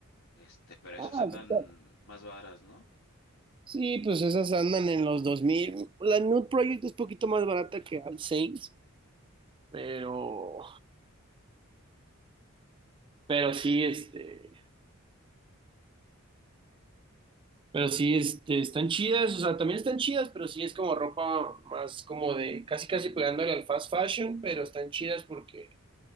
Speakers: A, on the left; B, on the right.
A: este, pero esas
B: Ah,
A: andan
B: está.
A: más varas, ¿no?
B: Sí, pues esas andan en los dos mil La Nude Project es poquito más barata que All Saints, Pero, pero sí, este, pero sí, este, están chidas, o sea, también están chidas, pero sí es como ropa más como de casi casi pegándole al fast fashion, pero están chidas porque